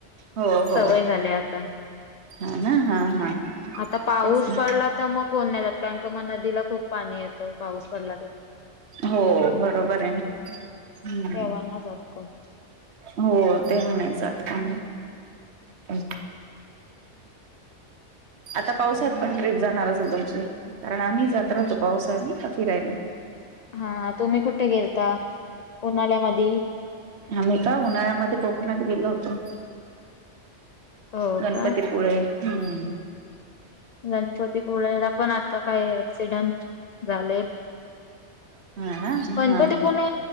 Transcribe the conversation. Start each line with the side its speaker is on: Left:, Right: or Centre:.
Right: हो
Left: सवय
Right: हो
Left: झाल्या आता
Right: हा ना हा हा
Left: आता पाऊस
Right: तेच ना
Left: पडला तर मग कोण नाही जात. कारण का म नदीला खूप पाणी येतं पाऊस पडला तर
Right: हो बरोबर आहे ना हम्.
Left: तेव्हा नाही जात कोण.
Right: हो ते म्हणायच आता <inaudible> आता पावसात पण ट्रिप जाणार असेल तुमची कारण आम्हीही जात राहतो पावसाळ्यात फिरायला
Left: हा तुम्ही कुठे गेलता उन्हाल्यामधी
Right: आम्ही का उन्हाळ्यामध्ये कोकणात गेलो होतो.
Left: हो
Right: गणपतीपुळे
Left: का
Right: हम्.
Left: गणपतीपुळेला पण आता काही ऍक्सिडेंट झालेत.
Right: हा ना हा
Left: गणपतीपुणे